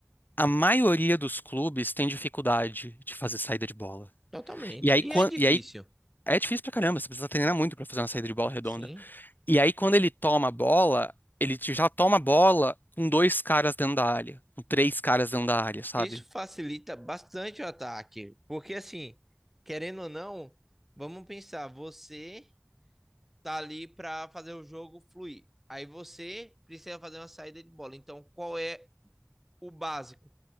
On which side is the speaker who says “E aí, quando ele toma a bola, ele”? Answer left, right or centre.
Left